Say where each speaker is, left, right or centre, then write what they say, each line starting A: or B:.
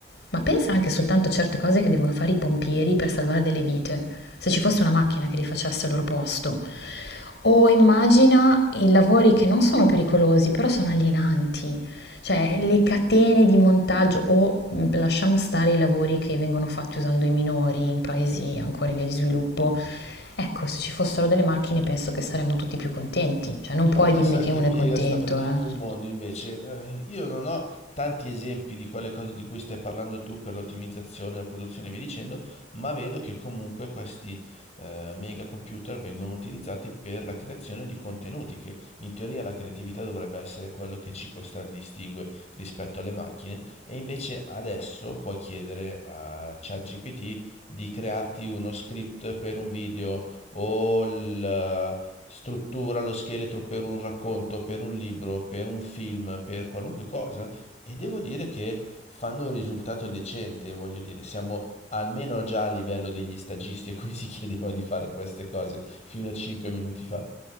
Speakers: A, on the left (about 75°); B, on the left (about 40°).
A: ma pensa anche soltanto a certe cose che devono fare i pompieri per salvare delle vite. Se ci fosse una macchina che li facesse al loro posto. O immagina i lavori che non sono pericolosi, però sono alienanti. Cioè, le catene di montaggio o mh, lasciamo stare i lavori che vengono fatti usando i minori in paesi ancora in via di sviluppo. Ecco, se ci fossero delle macchine penso che saremmo tutti più contenti. Cioè, non
B: Ma
A: puoi
B: pensa
A: dirmi che
B: che
A: uno
B: piega
A: è contento,
B: sta prendendo
A: eh.
B: il mondo invece. Eh, Io non ho tanti esempi di quelle cose di cui stai parlando tu per l'ottimizzazione, la produzione e via dicendo, ma vedo che comunque questi eh, mega computer vengono utilizzati per la creazione di contenuti, che in teoria la creatività dovrebbe essere quello che ci contraddistingue rispetto alle macchine, e invece adesso puoi chiedere a ChatGPT di crearti uno script per un video o la struttura, lo scheletro per un racconto, per un libro, per un film, per qualunque cosa, e devo dire che fanno un risultato decente, voglio dire, siamo almeno già a livello degli stagisti a cui si chiedeva di fare queste cose fino a 5 minuti fa.